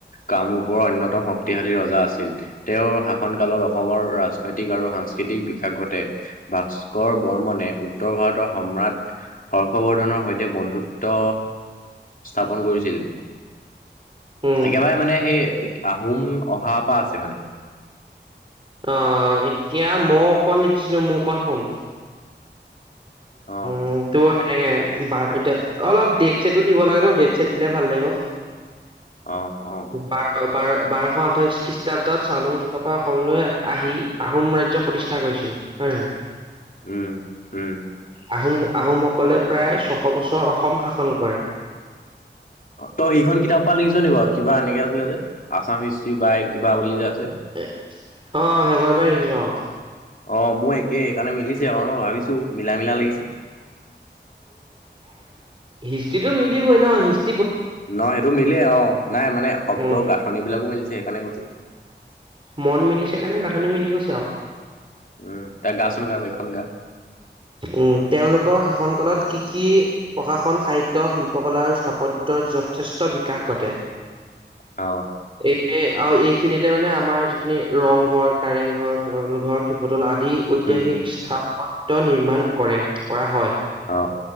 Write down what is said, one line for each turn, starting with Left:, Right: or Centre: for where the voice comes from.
Left: কামৰূপৰ অন্যতম শক্তিশালী ৰজা আছিল তেওঁৰ কালত অসমৰ ৰাজনৈতিক আৰু সাংস্কৃতিক বিকাশ ঘটে ভাস্কৰ বৰ্মনে উত্তৰ ভাৰতৰ সম্ৰাট হৰ্ষবৰ্ধনৰ সৈতে বন্ধুত্ব স্থাপন কৰিছিল
Right: উম
Left: একেবাৰে মানে সেই আহোম অহাৰ পৰা আছে মানে
Right: অ এতিয়া মই অকমান লিখিছিলো মোৰ খন শুন
Left: অ
Right: উ তোৰ এনেকে বাৰ এতিয়া অলপ ডেট চেটটো দিব লাগে ডেট চছেট দিলে ভাল লাগিব।
Left: অ অ',
Right: বাৰ বাৰ বাৰশ আঠাইশ খ্ৰীষ্টাব্দত চাওলুং চুকাফা অসমলৈ আহি আহোম ৰাজ্য প্ৰতিষ্ঠা কৰিছিল <unintelligible>
Left: উম উম
Right: আহোম আহোমসকলে প্ৰায় ছশ বছৰ অসম শাসন কৰে
Left: ত সেইখন কিতাপ পা লিছ নি বাৰু কিবা এনেকে আছিলে যে আছাম হিষ্ট্ৰি বা কিবা বুলি যে আছিল।
Right: এ অ সেইখন পাই লিখিছো অ।
Left: অ মোৰ একেই সেইকাৰণে মিলিছে অকণ মই ভাবিছো মিলা মিলা লাগিছে।
Right: হিষ্ট্ৰ্ৰীটো মিলিবই ন হিষ্ট্ৰী
Left: নহ সেইটো মিলেই অ নাই মানে শব্দ
Right: উম
Left: গাঁথনি বিলাকো মিলিছে সেইকাৰণে কৈছো।
Right: মন মিলিছে কাৰনে গাঁথনি মিলি গৈছে আৰু
Left: উম তই গাচোন গা এইখন গা।
Right: উম তেওঁলোকৰ শাসন কালত কৃষি। প্ৰশশন সাহিত্য শিল্পকলা আৰু স্থাপত্যৰ যথেষ্ট বিকাশ ঘটে।
Left: অ
Right: এই আৰু এইখিনিতে মানে আমাৰ যিখিনি ৰংঘৰ কাৰেংঘৰ তলাতল ঘৰ শিৱদল আদি। ঐতিহাসিক
Left: উম, উম,
Right: স্থাপত্য নিৰ্মাণ কৰে কৰা হয়।
Left: অ